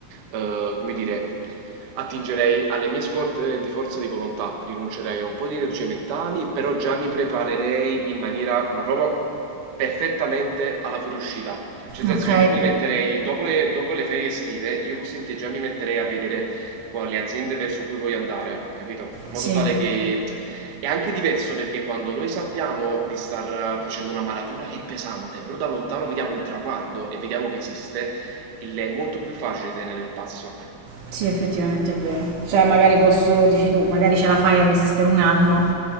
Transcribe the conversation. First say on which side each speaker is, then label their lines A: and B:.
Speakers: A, on the right; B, on the right.
A: eh, come dire, attingerei alle mie scorte di forza di volontà, rinuncerei a un po' di energie mentali, però già mi preparerei in maniera, ma proprio perfettamente alla fuoriuscita. Cioè, nel
B: Ok,
A: senso, io mi metterei, dopo le, dopo le ferie estive, io fossi in te già mi metterei a vedere qua- le aziende verso cui voglio andare, capito? In modo
B: sì.
A: tale che è anche diverso perché quando noi sappiamo di star eh, facendo una maratona che è pesante, però da lontano vediamo il traguardo e vediamo che esiste, il- è molto più facile tenere il passo.
B: Sì, effettivamente è vero. Cioè, magari posso, dici tu, magari ce la fai a resistere un anno.